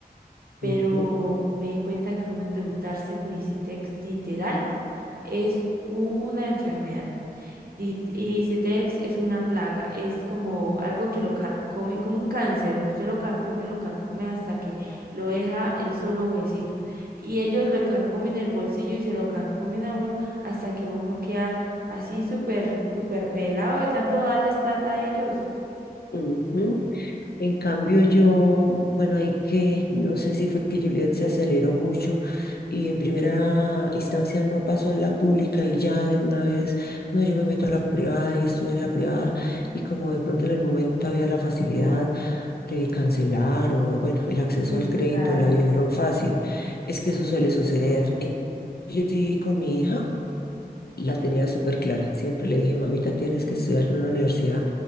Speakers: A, on the right; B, on the left.
A: Pero
B: ujú,
A: me di cuenta que uno endeudarse con Icetex literal es una enfermedad. Y, y Citex es una plaga, es como algo que lo carcome, como un cáncer, usted lo carcome, lo carcome hasta que lo deja el solo huesito. Y ellos lo carcomen el bolsillo y se lo carcomen a uno hasta que uno queda así súper, súper pelado de tanto darles plata a ellos.
B: ujú. En cambio, yo, bueno, hay que, no sé si fue que Juliet se aceleró mucho y en primera instancia no pasó en la pública y ya de una vez, no, yo me meto a la privada y estudio en la privada y como de pronto en el momento había la facilidad de cancelar o, bueno, el acceso
A: Sí,
B: al crédito
A: claro.
B: la vieron fácil. Es que eso suele suceder. Entonces, Yo sí, con mi hija. La tenía súper clara. Siempre le dije, mamita, tienes que estudiar en una universidad